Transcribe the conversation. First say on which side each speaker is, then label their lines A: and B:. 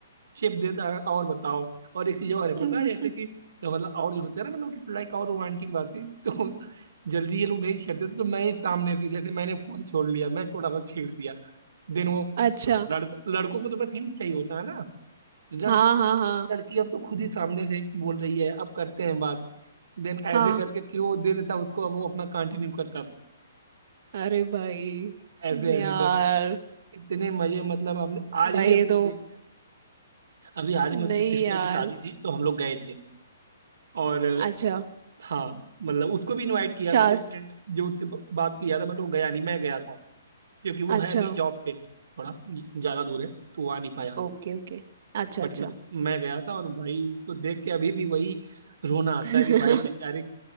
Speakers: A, on the right; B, on the right.
A: शेप देता है और बताओ और एक चीज और है
B: <laughs>
A: पता है जैसे कि मतलब और जो होता है ना मतलब कि लाइक और रोमांटिक बातें तो जल्दी ये लोग नहीं छेड़ते थे, तो मैं ही सामने से जैसे मैंने फोन छोड़ लिया मैं थोड़ा सा छेड़ दिया देन वो
B: अच्छा
A: तो लड़कों लड़कों को तो बस हिंट चाहिए होता है ना तो जन
B: हाँ हाँ
A: कि
B: हाँ
A: लड़की अब तो खुद ही सामने से बोल रही है अब करते हैं बात देन
B: हाँ
A: ऐसे करके फिर वो दे देता उसको अब वो अपना कंटिन्यू करता था
B: अरे भाई
A: ऐसे ऐसे
B: यार
A: करके इतने मजे मतलब हमने आज
B: भाई
A: भी अभी
B: ये
A: वो
B: तो
A: देखते हैं अभी हाल ही
B: नहीं
A: में उसकी सिस्टर
B: यार
A: की शादी थी तो हम लोग गए थे और
B: अच्छा
A: हाँ मतलब उसको भी इनवाइट किया
B: शा
A: था जो फ्रेंड जो उससे ब- बात किया था बट वो गया नहीं मैं गया था क्योंकि वो
B: अच्छा
A: है अभी जॉब पे थोड़ा ज- ज्यादा दूर है तो वो आ नहीं पाया
B: Okay okay अच्छा
A: बट
B: अच्छा
A: मैं मैं गया था और भाई उसको देख के अभी भी वही रोना आता
B: <laughs>
A: है कि भाई बेचारे